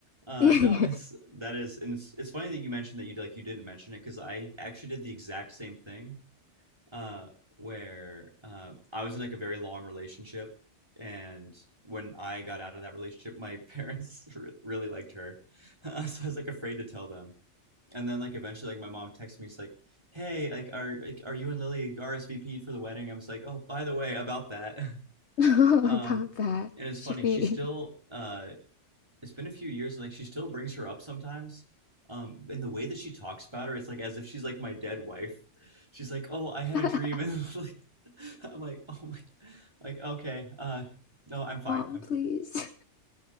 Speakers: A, on the right (about 20°); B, on the left (about 65°).
A: Uh,
B: <laughs>
A: no, it's that is, and it's it's funny that you mentioned that you like you didn't mention it because I actually did the exact same thing. uh, where uh, I was in like a very long relationship, and when I got out of that relationship, my <laughs> parents re really liked her, <laughs> so I was like afraid to tell them. And then like eventually, like my mom texted me, she's like, "Hey, like are like, are you and Lily RSVP'd for the wedding?" I was like, "Oh, by the way, about that." <laughs>
B: About
A: Um,
B: that.
A: and it's
B: Should
A: funny,
B: we?
A: she still uh, it's been a few years and like she still brings her up sometimes. Um, and the way that she talks about her, it's like as if she's like my dead wife. She's like, "Oh, I had
B: <laughs>
A: a dream," <laughs> and I'm like, I'm like, "Oh my, like okay, uh, no, I'm fine."
B: Mom,
A: I'm,
B: please.